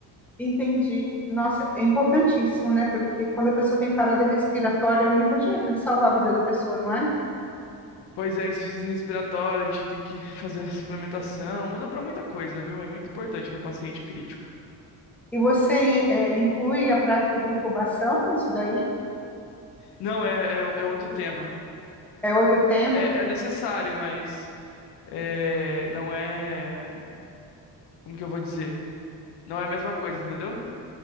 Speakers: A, in the centre; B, on the left (about 80°).
A: Entendi. Nossa, é importantíssimo, né? Porque quando a pessoa tem parada respiratória, é o único jeito de salvar a vida da pessoa, não é?
B: Pois é, insuficiência respiratória, a gente tem que <laughs> fazer suplementação. Usa pra muita coisa, viu? É muito importante no paciente crítico.
A: E você, eh, inclui a prática da intubação nisso daí?
B: Não, é, é, é outro tema.
A: É outro tema?
B: É, é necessário, mas é, não é. Como que eu vou dizer? Não é a mesma coisa, entendeu?